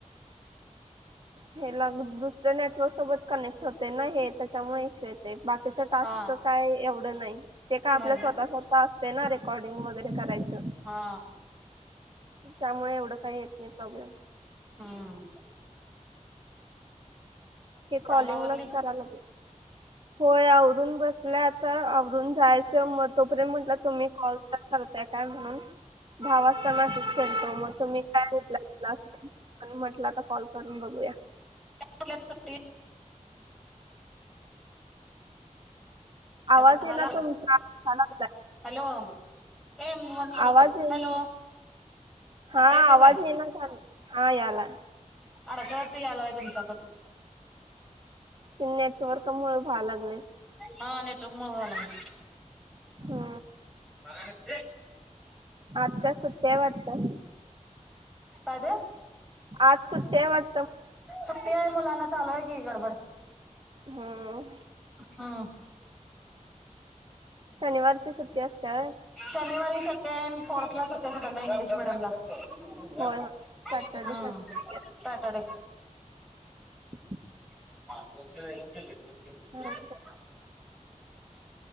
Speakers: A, on the right; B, in the centre.
A: हेग दुसऱ्या नेटवर्क सोबत कनेक्ट होते ना हे त्याच्यामुळे. बाकीच टास्क
B: हा
A: काय एवढं नाही ते का आपल्या
B: नाही
A: स्वतः
B: ना
A: स्व तेना रेकॉर्डंग वगैरे करायच.
B: हा
A: त्यामुळे एवढं काही येत नाही प्रॉब्लेम.
B: हम्.
A: हे कॉलिंग
B: कामावरली
A: लाच करा लागेल. होय आवरून बसला आता आवरून जायचं मग तोपर्यंत म्हटलं तुम्ही कॉल तर कर. काय म्हणून भा वाजतानाकीूच खेळतो मग तुम्ही काय घेतय. आणि म्हटलं आता कॉल करून बघूया.
B: त सुट्टी.
A: आवाज
B: दहाला
A: येईना तुमचा अडका लागलाय.
B: हॅलो ए मव करतो
A: आवाज येईना
B: हॅलो.
A: हा
B: आता येते
A: आवाज
B: काय
A: येना झाल हा याला.
B: अडकत यालाय तुमचा पण.
A: ते नेटवर्क मुळ व्हालागलंय.
B: हा नेटवर्क मूळ व्हालागलंय.
A: हा.
B: <unintelligible>
A: आज काल सुट्टी हाय वाटतं?
B: पादे
A: आज सुट्ट्या वाड
B: सुट्टी आहे मुलांना चालू आहे की गडबड.
A: हम्म.
B: हा.
A: शनिवारची सुट्टी असते होय?
B: शनिवारी सेकंड फोर्थला त्यांना इंग्लिश मिडियम ला. <unintelligible>
A: होय होय सॅटर्डे
B: हम्
A: संडे
B: सॅटरडे.
A: सुट्टी <inaudible>
B: <unintelligible>
A: असते.